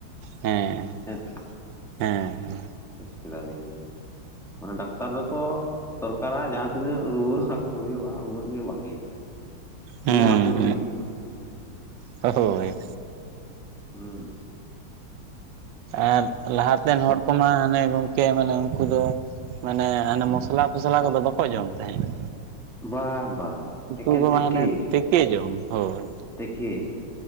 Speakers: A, on the right (about 70°); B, in the centre.
A: ᱦᱮᱸ
B: ᱦᱮᱸ ᱛᱮ
A: ᱦᱮᱸ
B: ᱵᱩᱡᱽ ᱠᱮᱫᱟᱞᱤᱧ ᱢᱟᱱᱮ ᱰᱟᱠᱛᱟᱨ ᱫᱚᱠᱚ, ᱰᱟᱹᱠᱛᱟᱨᱟᱜ ᱡᱟᱦᱟᱸ ᱛᱤᱱᱟᱹᱜ ᱨᱩᱣᱟᱹ ᱦᱟᱹᱥᱩ ᱦᱩᱭᱩᱜᱼᱟ, ᱩᱱᱟᱹᱜ ᱜᱮ ᱵᱷᱟᱜᱤ᱾
A: ᱦᱮᱸ
B: ᱤᱧᱟᱜ ᱯᱨᱚᱯᱷᱤᱴ
A: ᱦᱮᱸ
B: ᱦᱩᱭᱩᱜ᱾
A: ᱦᱳᱭ
B: ᱦᱮᱸ
A: ᱟᱨ ᱞᱟᱦᱟᱛᱮᱱᱟᱜ ᱦᱚᱲ ᱠᱚᱢᱟ ᱦᱟᱱᱮ ᱜᱚᱝᱠᱮ ᱢᱟᱱᱮ ᱩᱱᱠᱩ ᱫᱚ ᱢᱟᱱᱮ ᱦᱟᱱᱮ
B: ᱦᱩᱸ
A: ᱢᱚᱥᱞᱟᱼ ᱯᱷᱚᱥᱞᱟ ᱠᱚᱫᱚ ᱵᱟᱠᱚ ᱡᱚᱢ ᱛᱟᱦᱮᱸᱱᱟ᱾
B: ᱵᱟᱝ ᱵᱟᱝ
A: ᱩᱛᱩ
B: ᱮᱠᱮᱱ
A: ᱫᱚ
B: ᱛᱮᱠᱮ
A: ᱢᱟᱱᱮ ᱛᱮᱠᱮ ᱡᱚᱢ ᱦᱳᱭ᱾
B: ᱛᱮᱠᱮ